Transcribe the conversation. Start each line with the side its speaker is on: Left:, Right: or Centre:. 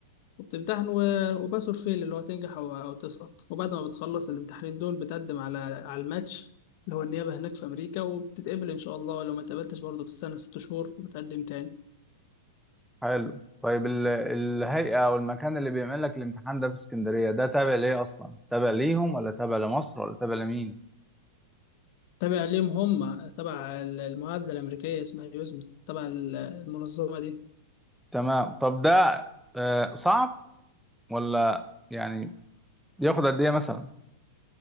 Left: وبتمتحن و... وباس اور فيل اللي هو تنجح أو... أو تسقط وبعد ما بتخلص الامتحانين دول بتقدم على على الماتش اللي هو النيابة هناك في أمريكا وبتتقبل إن شاء الله ولو ما اتقبلتش برضه بتستنى ست شهور وبتقدم تاني
Centre: حلو طيب ال- الهيئة او المكان اللي بيعمل لك الامتحان ده في اسكندرية ده تابع ليه اصلا تابع ليهم ولا تابع لمصر ولا تابع لمين
Left: تابع ليهم هم تبع ال- المعادلة الأمريكية اسمها يوزمل تبع ال- المنظمة دي
Centre: تمام طب ده آه، صعب ولا يعني ياخد قد ايه مثلا